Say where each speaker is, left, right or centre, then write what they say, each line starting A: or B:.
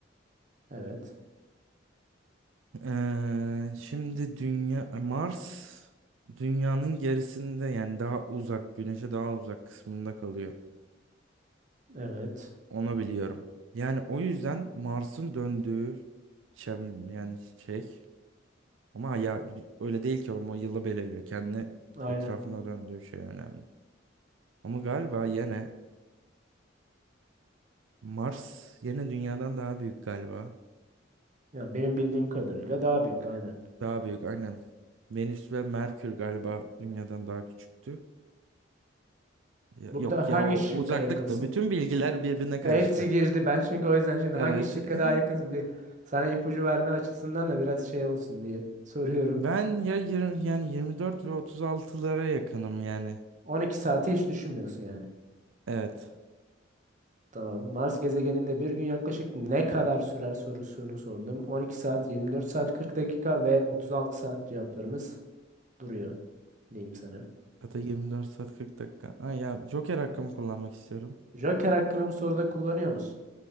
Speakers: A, on the right; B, on the right.
A: Evet,
B: Ee, şimdi dünya e, Mars dünyanın gerisinde yani daha uzak güneşe daha uzak kısmında kalıyor.
A: evet,
B: Onu biliyorum. Yani o yüzden Mars'ın döndüğü çem, yani şey ama ya öyle değil ki oğlum o yılı belirliyor. Kendi
A: aynen.
B: etrafına döndüğü şey önemli. Ama galiba yine Mars yine dünyadan daha büyük galiba.
A: Yani benim bildiğim kadarıyla daha büyük, aynen.
B: Daha büyük aynen. Venüs ve Merkür galiba dünyadan daha küçüktü. Ya-
A: Burada
B: Yok ya
A: hangi
B: o
A: şıkka
B: uzaklıktı.
A: yakınsın?
B: Bütün bilgiler birbirine karıştı.
A: E, hepsi girdi. Ben çünkü o yüzden şimdi
B: Evet.
A: hangi şıkka daha
B: <laughs>
A: yakınsın? Bir sana ipucu verme açısından da biraz şey olsun diye soruyorum.
B: Ben ya yirmi yani 24 ve 36'lara yakınım yani.
A: 12 saati hiç düşünmüyorsun yani.
B: Evet.
A: Tamam. Mars gezegeninde bir gün yaklaşık ne kadar sürer sorusunu sordum. 12 saat, 24 saat, 40 dakika ve 36 saat cevaplarımız duruyor diyeyim sana.
B: Ya da 24 saat 40 dakika. Ay ya Joker hakkımı kullanmak istiyorum.
A: Joker hakkını bu soruda kullanıyor musun?